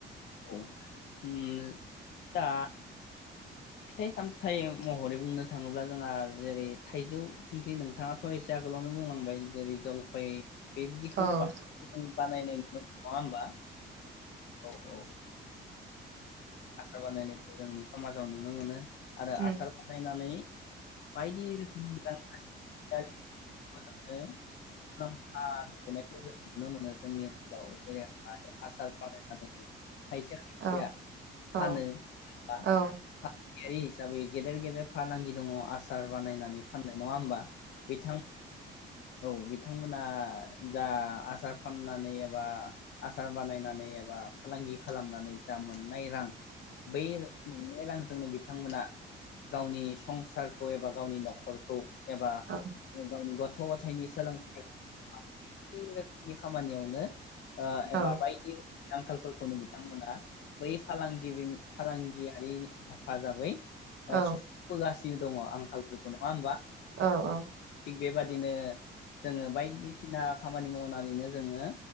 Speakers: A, on the left; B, on the right.
A: औ उ नो दा फिथाइ सामथायाइ महरै बुंनो थाङोब्ला जोंहा जेरै थाइजौ थिंख्लि नोंथाङाथ एसे आगोलावनो बुंलांबाय जेरै जलफाय बेबदिखौनो
B: औ
A: बांसिन
B: औ
A: बानाय नङा होमबा औ औ आसा बानायनायखौ जोंनि समाज मोाव नुनो मोनो आरो
B: उम
A: आसार बानायनानै बायदि रोखोमनि मोजां जो मुलाम्फा नोनायखौ जों नुनो मोनो जोंनि ओनसोलाव जेरैहाय आसार बानायनानै खायसे खायसेया
B: औ औ
A: फानो जेनबा
B: औ
A: फय हिसाबै गेदेर -गेदेर फालांगि दङ आसार बानायनानै फान नाय नङा होमबा बिथांमोन। औ बिथांमोना जा आसार फाननानै एबा आसार बानायनानै एबा फालांगि खालामनानै जा मोननाय रां। बै। रांजोंनो बिथांमोना गावनि संसारखौ एबा गावनि न'खरखौ एबा
B: औ
A: गावनि गथ' गथायनि सोलोंथाइ नि खामानियावनो। ओ
B: औ
A: एबा बायदि आंखालफोरखौनो बिथांमोना। बै फालांगिरिनि फालांगिया। हेफाजाबै।
B: औ
A: सुफुंबोगासिनो दङ आंखालफोरखौ नङा होमबा
B: औ औ
A: बेबादिनो जोङो बायदिसिना खामानि मावनानैनो जोङो